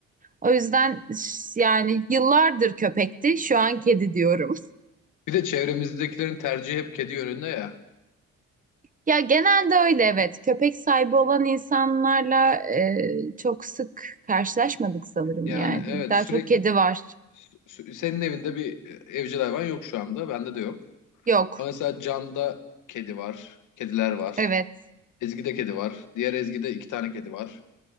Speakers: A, on the right; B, on the left.
A: O yüzden ş- yani yıllardır köpekti, şu an kedi diyorum. <laughs>
B: Bir de çevremizdekilerin tercihi hep kedi yönünde ya.
A: Ya genelde öyle evet. Köpek sahibi olan insanlarla e, çok sık karşılaşmadık sanırım
B: Yani
A: yani.
B: evet
A: Daha
B: sürekli
A: çok kedi var.
B: sü- senin evinde bir e, evcil hayvan yok şu anda. Bende de yok.
A: Yok.
B: Ama mesela Can'da kedi var, kediler var.
A: Evet.
B: Ezgi'de kedi var. Diğer Ezgi'de iki tane kedi var.